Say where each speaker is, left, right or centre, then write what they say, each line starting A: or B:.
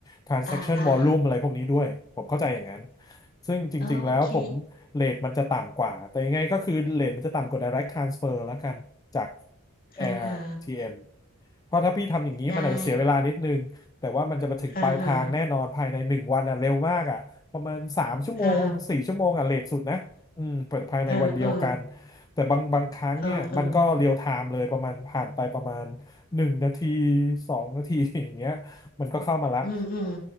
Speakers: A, on the left (about 15°); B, on the left (about 40°).
A: transaction
B: อา
A: volume อะไรพวกนี้ด้วย ผมเข้าใจอย่างนั้น ซึ่งจริงๆแล้วผมเรทมันจะต่ำกว่า
B: ๆเออโอเค
A: แต่ยังไงก็คือเรทมันจะต่ำกว่า direct transfer แล้วกันจาก
B: อาฮะ
A: AirTM เอ็มเพราะถ้าพี่ทำอย่างนี้มันอาจจะเสียเวลานิดนึง
B: ได้
A: แต่ว่ามันจะมาถึงปลายทางแน่นอนภายในหนึ่งวันอ่ะเร็วมากอ่ะประมาณสามชั่วโมงสี่ชั่วโมงอ่ะเลทสุดนะ
B: อาฮะอ่า
A: อืมเปิดภายในวันเดียวกัน
B: เออๆเออ
A: แต่บางบางครั้งเนี่ยมันก็เรียลไทม์เลยประมาณผ่านไปประมาณ
B: ๆออ
A: หนึ่งนาทีสองนาที <laughs> อย่างเงี้ยมันก็เข้ามาละ
B: อืมอืม